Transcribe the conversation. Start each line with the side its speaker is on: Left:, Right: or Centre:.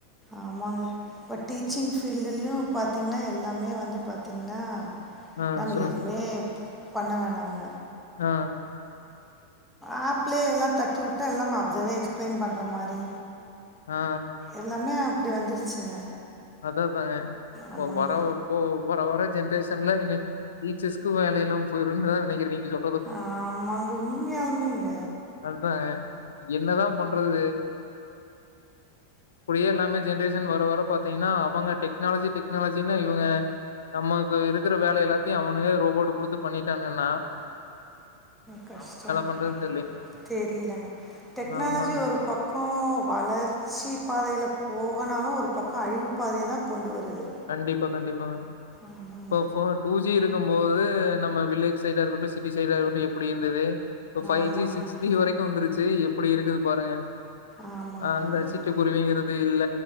Centre: ஆமாங்க பட் டீச்சிங் ஃபீல் டுலயு பாத்தீங்கன்னா எல்லாமே வந்து பாத்தீங்கன்னா
Left: ஆ
Centre: நம்ம
Left: சொல்லுங்க.
Centre: எதுவுமே பண்ண வேணாங்க
Left: ஆ
Centre: ஆப்ளே எல்லா தட்டி வுட்டா எல்லா <unintelligible> எக்ஸ்பிளைன் பண்ற மாரி
Left: ஆ
Centre: எல்லாமே அப்புடி வந்துருச்சுங்க
Left: அததங்க
Centre: ஆமாங்க
Left: வ வரவு இப்ப வர வர ஜென்ரேஷன்ல இனி டீச்சஸ்கு வேலையில்லாம போயிருன்னுதா நெனைக்க <unintelligible>
Centre: ஆமாங்க உண்மையாலுமேங்க
Left: அதுதாங்க என்னதா பண்றது அப்படியே எல்லாமே ஜென்ரேஷன் வர வர பாத்தீங்கன்னா அவுங்க டெக்னாலஜி டெக்னாலஜின்னு இவுங்க நமக்கு இருக்கற வேலை எல்லாத்தையு அவனுக ரோபோட்டு குடுத்து பண்ணிட்டானுகன்னா
Centre: கஷ்டங்க
Left: பண்றதுன்னு தெரியலங்க.
Centre: தெரியலங்க டெக்னாலஜி
Left: ஆமா.
Centre: ஒரு பக் கோ வளர்ச்சி பாதையிலே போகனாலு ஒரு பக்க அழிவு பாதைய தா கொண்டு வருது
Left: கண்டிப்பா கண்டிப்பா
Centre: ஆமாங்க
Left: இப்போ டூ ஜி இருக்கம் போது நம்ம வில்லேஜ் சைடா இருக்கட்டு சிட்டி சைடா இருக்கட்டு‌ எப்படி இருந்தது இப்ப ஃபைவ்
Centre: ஆமாங்க
Left: ஜி சிக்ஸ் ஜி வரைக்கு வந்துருச்சி எப்புடி இருக்குது பாருங்க
Centre: ஆமாங்க
Left: அ அந்த
Centre: ஆமாங்க
Left: சிட்டு குருவிங்கறது இல்ல